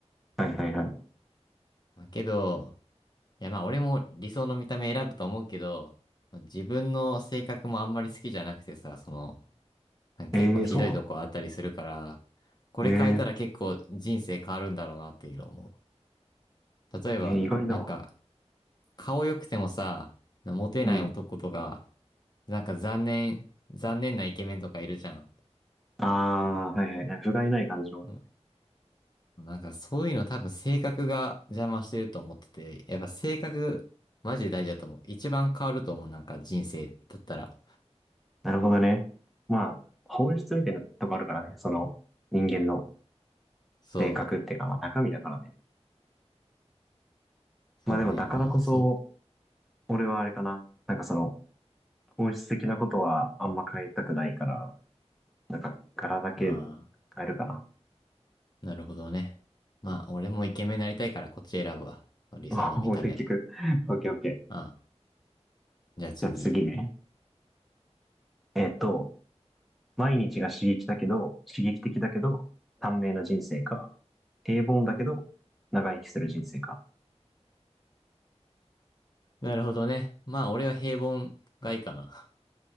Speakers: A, in the centre; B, on the left (about 40°).
A: いはいはい。
B: まあけど、いやまあ俺も理想の見た目選ぶと思うけど、自分の性格もあんまり好きじゃなくてさ、その、なんか結構ひどいとこあったりするから、
A: えー、そうなの
B: これ変えたら結構人生変わるんだろうなっていうのを思
A: えー、
B: う。例えば、
A: えー、意外だわ。
B: なんか、顔良くてもさ、モテない男とか、
A: うん。
B: なんか残念、残念なイケメンとかいるじゃん。
A: ああ、はいはい。不甲斐ない感じの。
B: うんなんかそういうの多分性格が邪魔してると思ってて、やっぱ性格マジで大事だと思う。一番変わると思う、なんか人生だったら。
A: なるほどね。まあ、本質みたいなとこあるからね。その、人間の
B: そ
A: 性格っていうか、まあ中身だからね。
B: う、そうね、
A: まあでもだからこそ、
B: まあ、そ
A: 俺はあれかな。なんかその、本質的なことはあんま変えたくないから、なんか柄だけ
B: う、あ
A: 変えるかな。
B: あ、なるほどね。まあ、
A: うん。
B: 俺もイケメンになりたいからこっち選ぶわ。
A: <laughs>
B: 理想の見た目。
A: もう結局。オッケーオッケー。
B: ああ、じゃあ次。
A: じゃあ次ね。えっと、毎日が刺激だけど、刺激的だけど、短命な人生か。平凡だけど、長生きする人生か。
B: なるほどね。まあ、俺は平凡がいいかな。